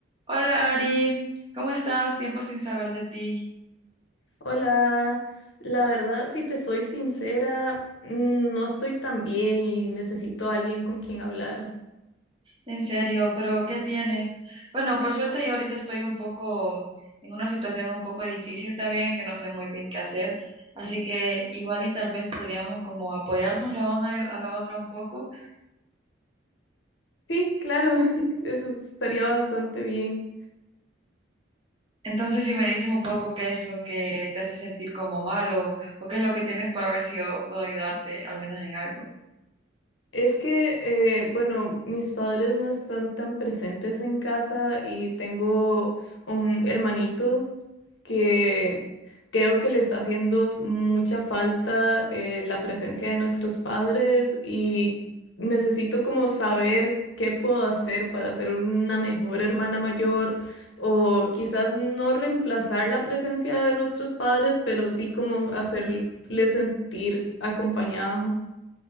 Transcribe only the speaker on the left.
Hola, la verdad, si te soy sincera, mm, no estoy tan bien y necesito a alguien con quien hablar.
Sí, claro, <laughs> eso estaría bastante bien.
Es que, eh, bueno, mis padres no están tan presentes en casa y tengo un hermanito que creo que le está haciendo mucha falta eh, la presencia de nuestros padres y necesito como saber qué puedo hacer para ser una mejor hermana mayor o quizás no reemplazar la presencia de nuestros padres, pero sí como hacerle sentir acompañado.